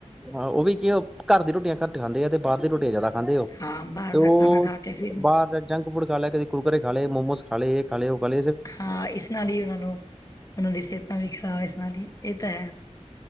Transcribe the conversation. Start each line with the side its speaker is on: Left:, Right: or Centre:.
Centre: ਹਾਂ ਉਹ ਵੀ ਕੀ ਘਰ ਦੀ ਰੋਟੀਆਂ ਘੱਟ ਖਾਂਦੇ ਆ ਤੇ ਬਾਹਰ ਦੀ ਰੋਟੀਆਂ ਜ਼ਿਆਦਾ ਖਾਂਦੇ ਹੋ
Left: ਹਾਂ ਬਾਹਰ
Centre: ਤੇ ਉਹ
Left: ਦਾ ਖਾਣਾ ਖਾ ਕੇ ਫਿਰ
Centre: ਬਾਹਰ ਦਾ ਜੰਕ ਫੂਡ ਖਾ ਲਿਆ ਕਦੇ ਕੁੁਰਕੁਰਰੇ ਖਾ ਲਏ ਮੋਮੋਸ ਖਾ ਲਏ। <unintelligible> ਹਾਂ
Left: ਹਾਂ ਇਸ ਨਾਲ ਹੀ ਉਹਨਾਂ ਨੂੰ ਉਹਨਾਂ ਦੀ ਸਿਹਤਾਂ ਵੀ ਖ਼ਰਾਬ ਇਸ ਨਾਲ ਇਹ ਤਾਂ ਹੈ।